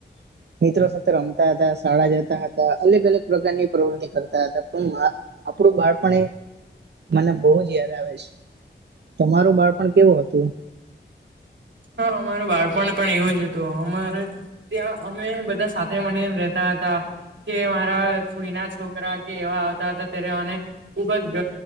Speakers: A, on the right; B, on the right.
A: મિત્રો સાથે રમતા હતાં, શાળા જતાં હતા અલગ અલગ પ્રકારની પ્રવૃત્તિ કરતા હતા પણ આપણું બાળપણ એ મને બો બોજ યાદ આવે છે. તમારું બાળપણ કેવું હતું?
B: હા, અમારું બાળપણ પણ એવું જ હતું અમારે ત્યાં અમે બધા સાથે મળીને રેતા હતા કે મારા ફોઈના છોકરા કે એવા આવતા હતા ત્યારે અને ખુબ જ